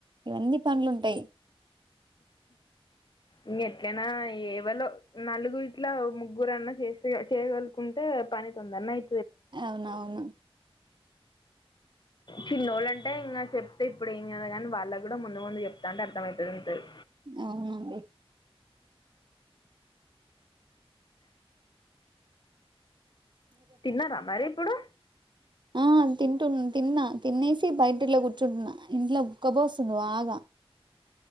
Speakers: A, on the right (about 50°); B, on the left (about 50°).
A: ఇవన్నీ పనులు ఉంటాయి
B: ఇంక ఎట్లనా ఏవలో నలుగుర్ ఇట్లా ము ముగ్గురన్నా చేసి చేయగలుగు కుంటే పని తొందర్న అయి
A: అవునవును
B: చిన్నోళ్ళ అంటే ఇంకా చెప్తే ఇప్పుడు ఏం కదా కాని వాళ్ళకి కూడా ముందు ముందు చెప్తా అంటే అర్థమవుతుంది ఉంటుంది
A: అవునండి
B: తిన్నార మరి ఇప్పుడు
A: ఉమ్ ఆ తింటున్న తిన్నా తిినేసి బయటలో కూర్చుంటున్నా ఇంట్లో ఉక్కబోస్తుంది బాగా